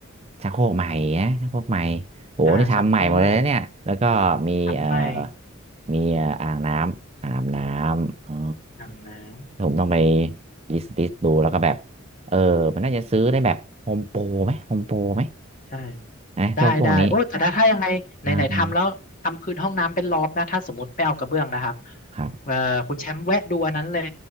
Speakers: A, on the right (about 30°); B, on the left (about 40°).
A: ชักโครกใหม่นะชักโครกใหม่โหนี่ทำใหม่หมดเลยนะเนี่ยแล้วก็มีเอ่อ
B: อ่าชักโครกทำใหม่
A: มีเอ่ออ่างน้ำอาบน้ำอ๋อ
B: อาบน้ำ
A: ผมต้องไป ลิสต์ลิสต์ดูแล้วก็แบบเออมันน่าจะซื้อได้แบบโฮมโปรไหมโฮมโปรไหม
B: ใช่
A: นะพวกพวกนี้
B: ได้ได้โอ้แต่ถ้าถ้ายังไงไหนไหนทำแล้วทำพื้นห้องน้ำเป็นรอบนะถ้าสมมติไม่เอากระเบื้องนะครับ
A: อ่าครับ
B: เออคุณแชมป์แวะดูอันนั้นเลย